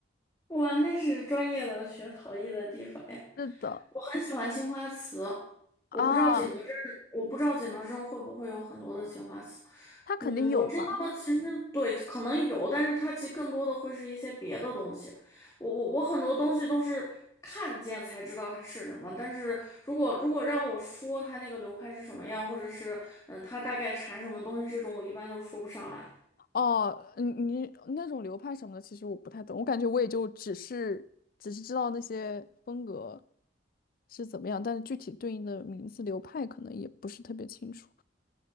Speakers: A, on the left; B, on the left.
A: 哇，那是专业的学陶艺的地方呀！
B: 是的，
A: 我很喜欢青花瓷，
B: 啊，
A: 我不知道景德镇，我不知道景德镇会不会有很多的青花瓷。
B: 他肯定有吧。
A: 嗯，我知道的其实对，可能有，但是它其实更多的会是一些别的东西。我我我很多东西都是看见才知道它是什么，但是如果如果让我说它那个流派是什么样，或者是嗯它大概产什么东西这种，我一般都说不上来。
B: 哦，你你那种流派什么的，其实我不太懂，我感觉我也就只是只是知道那些风格是怎么样，但是具体对应的名字流派可能也不是特别清楚。